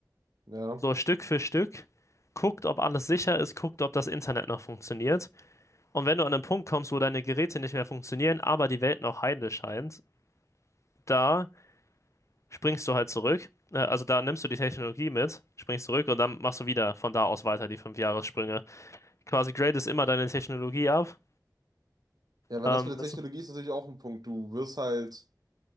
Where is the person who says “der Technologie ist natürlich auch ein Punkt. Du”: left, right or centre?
Right